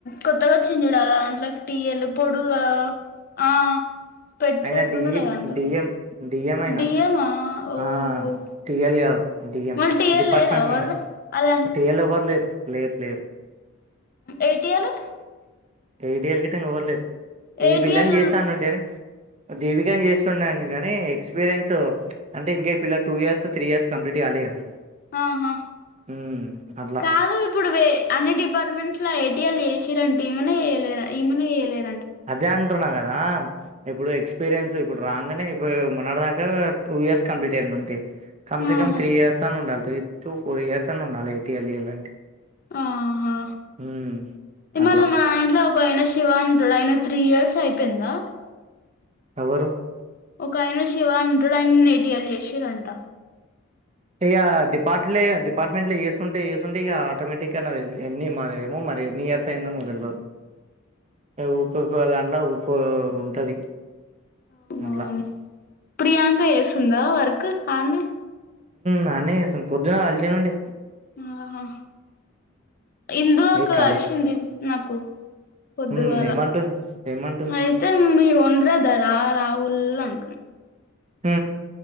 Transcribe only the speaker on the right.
అయన
డిఈ
డిఎం డిఎం అయనా
ఆ టిఎల్ కాదు డిఎం
డిపార్ట్మెంట్
మనది
టిఎల్ ఎవ్వరు లేరు లేరు లేరు
ఏ ఐటిఎల్ గట్ల ఇగ ఎవరులేరు ఈ
పిల్లని చేస్తా అని వుంటే దీవికను చేస్తు ఉన్నాను కానీ ఎక్స్పీరియన్స్ ప్చ్ అంటే ఇంకా ఈ పిల్ల two years three years complete కాలే కదా
ఉమ్, అట్లా
అదే అంటున్నా కదా ఇప్పుడు ఎక్స్పీరియన్స్ ఇప్పుడు రాగానే ఇప్పుడు మొన్నాటి దాకా టూ ఇయర్స్ కంప్లీట్ అయింది అంతే కనీసం
త్రీ ఇయర్స్ అని ఉండాలి త్రీ టు ఫోర్ ఇయర్స్ అని ఉండాలి ఎఐటీఎల్ చేయాలంటే
ఉమ్,
అట్లా
ఎవరు
ఇగా డిపార్ట్ డిపార్ట్మెంట్ లో చేస్తుంటే చేస్తుంటే ఇగ ఆటోమేటిక్ గా నాకు తెలిసి ఎన్ని మా మర నయర్సై ముదల్వ ఊపికు ఎలా ఉంటది
అట్లా
నాన్నసలు పొద్దున కలిచనుండి
ఏ కాలు
మ్మ్ ఏమంటుంది ఏమంటుంది
హ